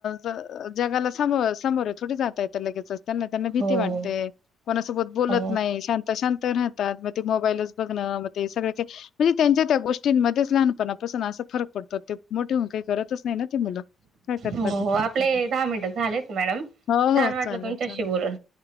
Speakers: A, on the left (about 70°); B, on the right (about 70°).
A: ज जगाला सम समोर थोडी जाता येत तर लगेच त्याना त्यांना भीती
B: हो
A: वाटते. कोणासोबत बोलत
B: हो
A: नाही शांत शांत राहतात मग ते मोबाईलच बघणं मग ते सगळ का म्हणजे त्यांच्या त्या गोष्टींमध्येच लहानपणापासून असा फरक पडतो ते मोठे होऊन काही करतच नाही ना ती मुलं. काय करतात
B: हो हो
A: ते?
B: आपले दहा मिनिट झालेच मॅडम.
A: हो
B: छान
A: हो
B: वाटलं
A: चाले
B: तुमच्याशी
A: चाले
B: बोलून